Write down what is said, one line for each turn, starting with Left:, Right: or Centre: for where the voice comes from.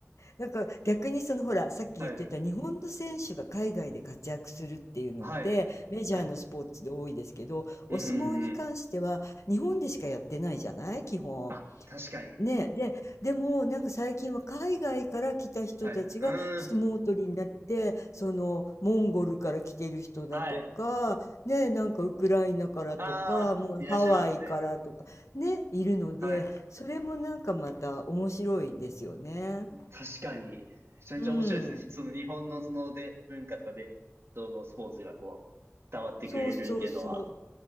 Left: え、なんか逆にそのほらさっき言ってた日本の選手が海外で活躍するっていうのってメジャーのスポーツで多いですけどお相撲に関しては日本でしかやってないじゃない基本。
Right: <laughs> はい、はい、はい。うん、うん。あ、確かに。
Left: ねえ、で、でもなんか最近は海外から来た人たちが相撲取りになってそのモンゴルから来てる人だとかねえなんかウクライナからとかもうハワイからとかねいるのでそれもなんかまた面白いですよね。
Right: はい。うーん、はい。あー、いらっしゃいますね。はい。確かに。めちゃめちゃ面白いですね。
Left: うん。
Right: その日本のそので文化とか伝統のスポーツがこう、伝わってくれるっていうのは、
Left: そうそうそう。